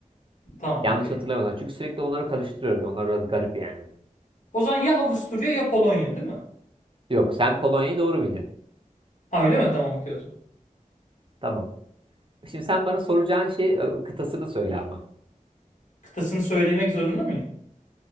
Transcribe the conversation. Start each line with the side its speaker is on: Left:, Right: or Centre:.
Left: Tamam
Right: Yanlış
Left: okey.
Right: hatırlamıyorsam. Çünkü sürekli onları karıştırıyoruz. Yani Onlar biraz garip yani.
Left: O zaman ya Avusturya ya Polonya değil mi?
Right: Yok, sen Polonya'yı doğru bildin.
Left: Ha öyle mi? Tamam okey o zaman.
Right: Tamam. Şimdi sen bana soracağın şey e, kıtasını söyle ama.
Left: Kıtasını söylemek zorunda mıyım?